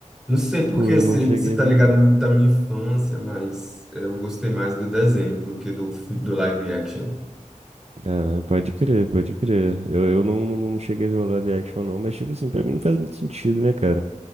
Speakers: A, in the centre; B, on the right.
A: Não sei porque
B: Pô, eu
A: se,
B: não cheguei
A: se
B: a
A: tá
B: ver,
A: ligado
B: não.
A: muito à minha infância, mas é, eu gostei mais do desenho do que do, fi- do live action.
B: Cara, pode crer, pode crer. Eu, eu não, não cheguei a ver o live action, não. Mas, tipo assim, pra mim não faz muito sentido, né, cara?